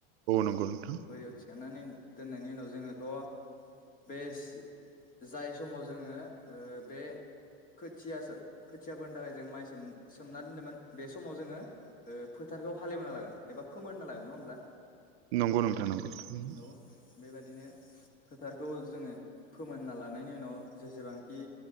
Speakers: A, on the left (about 25°); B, on the right (about 85°).
A: औ।
B: नंगौ नोंथां
A: बोरियाव थिखांनानै दोननायनि उनाव जोङोथ' बेस जाय समाव जोङो ओ बे खोथियासो खोथिया फोनो थाखाय जों माइ सोम सोमना दोनदोंमोन बेस समाव जोङो ओ फोथारखौ हालेवना लागोन एबा फोमोनना लागोन। नङा होमब्ला
B: नंगौ नोंथां नंगौ थारैनो।
A: औ बेबादिनो फोथारखौ जोङो फोमोनना लानायनि उनाव जेसेबांखि